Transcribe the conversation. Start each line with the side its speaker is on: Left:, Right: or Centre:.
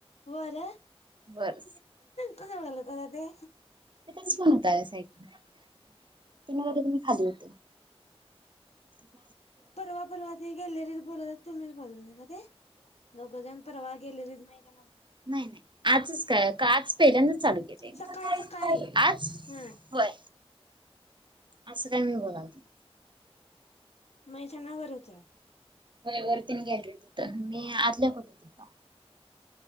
Left: बर
Right: बर
Left: कस बघाल क ते
Right: तिथंच फोन होता साइडला त्यानाकर <unintelligible> तुम्ही खाली होत अ <unintelligible>
Left: परवा परवा ते गॅलरीत बोलला तुमीच मल <unintelligible> पत का ते दोघंजन परवा गेले र म ज
Right: नाही नाही आजच काय
Left: <unintelligible>
Right: का आज पहिल्यांदाच चालू केलंय
Left: सकाळी सकाळी
Right: मी आज
Left: हम्
Right: होय असं काय मी बोलावां
Left: म त्या <unintelligible> नावावर होत
Right: होय वरतीने घ्यायलो होत मी आतल्या खोलीत होत